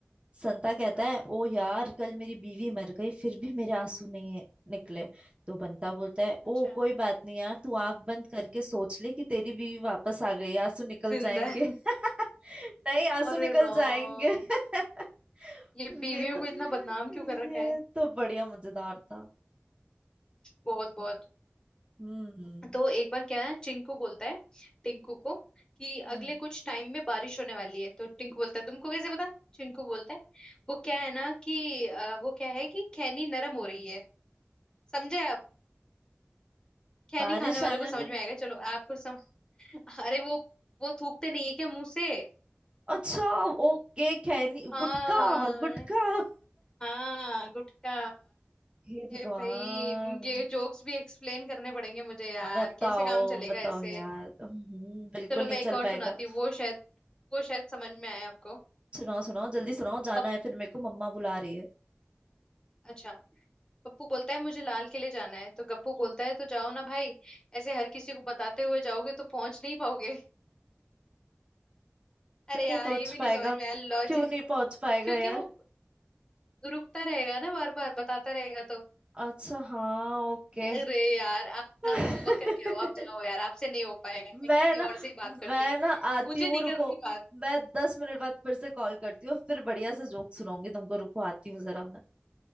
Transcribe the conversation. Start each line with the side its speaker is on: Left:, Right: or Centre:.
Right: संता कहता
Left: हाँ
Right: है ओ यार कल मेरी बीवी मर गई फिर भी मेरे आंसू नहीं है- निकले तो बंता बोलता है
Left: अच्छा
Right: ओ कोई बात नहीं यार तू आंख बंद करके सोच ले कि तेरी बीवी वापस आ गई आंसू निकल
Left: जिंदा
Right: जाएंगे
Left: है
Right: <laughs> नहीं आंसू
Left: अरे
Right: निकल
Left: राम
Right: जाएंगे <laughs>
Left: ये बीवियों
Right: ये तो
Left: को इतना बदनाम क्यों
Right: ये
Left: कर रखा है
Right: तो बढ़िया मजेदार था
Left: बहुत बहुत
Right: हम्म
Left: तो एक बार क्या है चिंकू बोलता है टिंकू को कि
Right: हम्म।
Left: अगले कुछ टाइम में बारिश होने वाली है तो टिंकू बोलता है तुमको कैसे पता चिंकू बोलता है वो क्या है ना कि अ, वो क्या है कि खैनी नरम हो रही है समझे आप खैनी
Right: बारिश
Left: खाने वालों
Right: आने
Left: को समझ
Right: दे
Left: में आएगा चलो आपको सम... <laughs> अरे वो वो थूकते नहीं है क्या मुंह से
Right: अच्छा ओके खैनी
Left: हाँ
Right: गुटका गुटका
Left: हाँ गुटखा
Right: हे भगवान
Left: ये भाई ये जोक्स भी एक्सप्लेन करने पड़ेंगे मुझे यार
Right: बताओ
Left: कैसे काम चलेगा
Right: बताओ
Left: ऐसे
Right: यार हम्म, बिल्कुल
Left: चलो मैं
Right: नहीं
Left: एक
Right: चल
Left: और
Right: पाएगा
Left: सुनाती हूँ वो शायद वो शायद समझ में आए आपको
Right: सुनाओ सुनाओ जल्दी सुनाओ जाना
Left: पप
Right: है फिर मेरे को मम्मा बुला रही है
Left: अच्छा पप्पू बोलता है मुझे लाल किले जाना है तो गप्पू
Right: हम्म,
Left: बोलता है तो जाओ ना भाई ऐसे हर किसी को बताते हुए जाओगे तो पहुंच नहीं पाओगे
Right: क्यों
Left: अरे यार
Right: नहीं पहुंच
Left: ये भी नहीं
Right: पाएगा
Left: समझ में आया लॉजिक
Right: क्यों नहीं पहुंच पाएगा
Left: क्योंकि
Right: यार
Left: वो रुकता रहेगा ना बार बार बताता रहेगा तो
Right: अच्छा हाँ ओके
Left: अरे यार आप
Right: <laughs>
Left: ना होमवर्क करके आओ आप जाओ यार आपसे नहीं हो पाएगा मैं
Right: मैं
Left: किसी
Right: ना
Left: और से ही बात करती
Right: मैं
Left: हूँ
Right: ना आती
Left: मुझे
Right: हूँ
Left: नहीं
Right: रुको
Left: करनी बात
Right: मैं दस मिनट बाद फिर से कॉल करती हूँ फिर बढ़िया से जोक सुनाऊंगी तुमको रुको आती हूँ जरा मैं